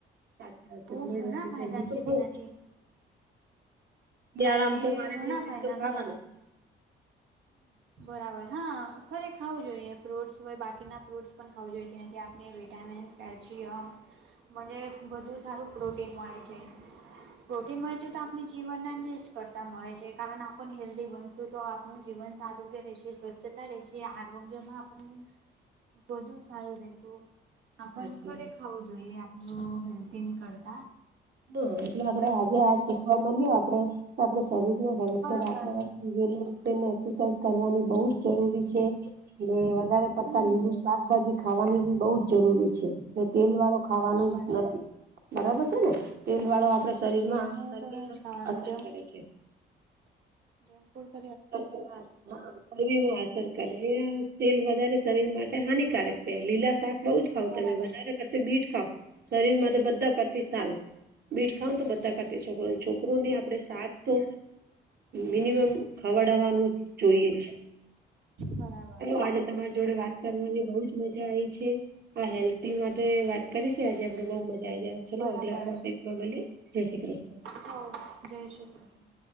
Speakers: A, on the right (about 55°); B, on the right (about 80°).
A: સાચી વાત
B: ખૂબ
A: છે બ્લડ
B: ઘણા
A: વધે
B: ફાયદા
A: હું
B: છે
A: તો ખઉં
B: તેનાથી. <inaudible>
A: શીયાળામાં
B: અને
A: તો મારે
B: ઘણા
A: બે બીટ
B: ફાયદા
A: તો ખાવાનું,
B: છે
A: જ.
B: બરાબર હા ખરેખ ખાવું જોઈએ ફ્રૂટસ હોય બાકીના ફ્રૂટસ પણ ખાવું જોઈએ તેનાથી આપણે વિટામિન્સ કેલ્શિયમ. મને બધું સારું પ્રોટીન મળે છે, પ્રોટીન મળે છે તો આપણે જીવન જ કરતા મળે છે કારણ આપ હેલ્ધી બનશું તો આપનું જીવન આરોગ્ય રહેશે સ્વચ્છતા રહેશે આરોગ્યમાં આપણે બધુ સારું રહી શું. આપણ
A: સાચી
B: ઘરે ખાવું જોઈએ આપણું હેલ્ધ ની કરતા.
A: ના એટલે આપડે આજે
B: હેલ્
A: આ શીખવા મળ્યું આપડે, આપડ શરીરને હેલ્થ
B: બરાબર
A: રાખવા જેને એક્સરસાઇઝ કરવાની બઉ જ જરૂરી છે. વધારે પડતા
B: હમ
A: લીલું શાકભાજી ખાવાની બી બહુ જ જરૂરી છે. તેલ વાળો ખાવાનું
B: બરાબર
A: જ નથી બરાબર છે ને, તેલ વાળો આપડે શરીરમાં
B: તેલનું
A: શરદીમાં
B: તો નહી જ ખાવાનું
A: અસર કરે છે.
B: જંગફ્રૂટ
A: <unintelligible> શરીમાં અસર કરે તેલ વધારે શરીર માટે હાનિકારક છે લીલા શાખ બહુ જ ખાઉ
B: બરાબર
A: તમે વધારે કરતી બીટ ખાવ, શરીર બધા કરતી સારું. બીટ ખાવા તો બધા કરાતા એ છોકરો છોકરોને આપડે સાત તો, મિનિમમ ખવડવાનું જોઈએ જ.
B: બરાબર
A: હલો આજે તમારી જોડે વાત કરવાની બહું જ મજા આવી છે. હા હેલ્ધી માટે વાત કરી છે આજે આપડે બઉ મજા આવી જાય ચલો
B: બરાબર
A: આગલા ટોપિકમાં મળીએ. જય શ્રી કૃષ્ણ.
B: હો જય શ્રી કૃષ્ણ.